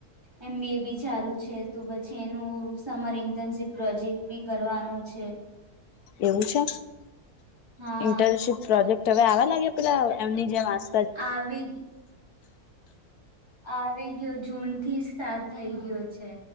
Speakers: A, on the right (about 15°); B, on the left (about 75°).
A: એમ બી એ બી ચાલુ છે તો પછી એનું સમર ઇન્ટર્નશીપ પ્રોજેક્ટ બી કરવાનો છે.
B: એવું છે
A: હા
B: ઇન્ટર્નશિપ પ્રોજેક્ટ હવે આવા લાગે પેલા એમની જેમ આસ
A: આવી આવી ગયો જૂન થી સ્ટાર્ટ થઈ ગયો છે.